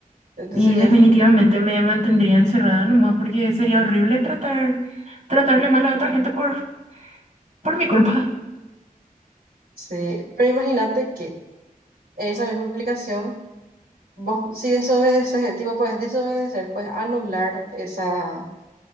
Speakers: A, on the right; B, on the right.
A: Entonces
B: y
A: sería,
B: definitivamente me mantendría encerrada nomás porque sería horrible tratar, tratarle mal a otra gente por, por mi culpa.
A: sí. Pero imagínate que esa misma aplicación, vos si desobedeces, tipo, puedes desobedecer, puedes anular esa,